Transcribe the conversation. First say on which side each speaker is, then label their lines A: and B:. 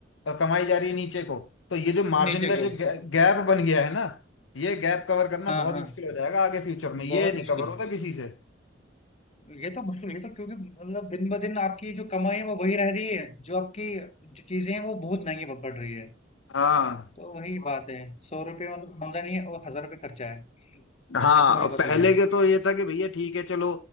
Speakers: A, on the left; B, on the left.
A: और कमाई जा रही है नीचे को तो ये जो मार्जिन
B: नीचे
A: का जो
B: को
A: बिल्कुल गैप बन गया है ना ये गैप कवर करना
B: हाँ
A: बहुत बिल्कुल
B: हाँ
A: मुश्किल हो जाएगा आगे फ्यूचर में ये
B: बहुत
A: नहीं
B: मुश्किल
A: कवर होता
B: है
A: किसी से
B: ये तो मुश्किल है ये तो क्योंकि मतलब दिन ब दिन आपकी जो कमाई है वो वही रह रही है जो आपकी जो चीजें हैं वो बहुत महंगी पड़ रही है
A: हाँ
B: तो वही बात है सौ रुपये मतलब आमदनी है और हजार रुपये खर्चा है
A: हाँ
B: ऐसी वाली
A: और
B: बात
A: पहले
B: हो गई।
A: के तो ये था कि भैया ठीक है चलो